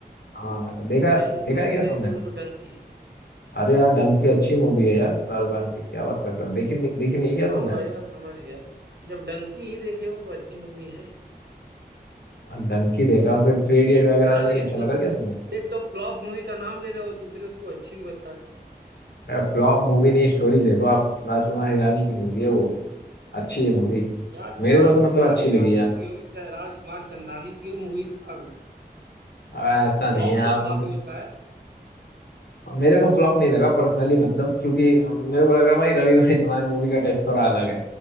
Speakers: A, on the left; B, on the right.
A: हाँ देखा
B: भाई मूवी
A: देखा है
B: भी
A: क्या तुमने
B: देखे हो तो डंकी
A: अरे यार डंकी अच्छी मूवी है यार शाहरुख खान की क्या बात कर रहे हो देखी देखी नहीं है क्या
B: हाँ
A: तुमने
B: भाई मैं समझ गया जब डंकी ही देखे हो तो अच्छी मूवी है ही।
A: हाँ, डंकी देखा फिर थ्री इडियट वगैरह
B: यार
A: नहीं
B: एक
A: अच्छा
B: तो
A: लगा क्या तुम्हें
B: एक तो फ्लॉप मूवी का नाम ले रहे हो दूसरे उसको अच्छी भी बता रहे
A: अरे फ्लॉप मूवी नहीं स्टोरी देखो आप राजकुमार हिरानी की मूवी है वो अच्छी है मूवी
B: हो। यार
A: मेरे
B: राजकुमार
A: को तो मतलब अच्छी
B: हिरानी
A: लगी यार
B: की हो चाहे राजकुमार चंदानी की हो मूवी खराब है
A: आ, ऐसा
B: फ्लॉप
A: नहीं है
B: तो
A: आप
B: फ्लॉप
A: मतलब
B: ही होता है
A: मेरे को फ्लॉप नहीं लगा पर्सनली मतलब क्योंकि हम- मेरे को लग रहा है भाई रवि भाई तुम्हारे मूवी का टेस्ट थोड़ा अलग है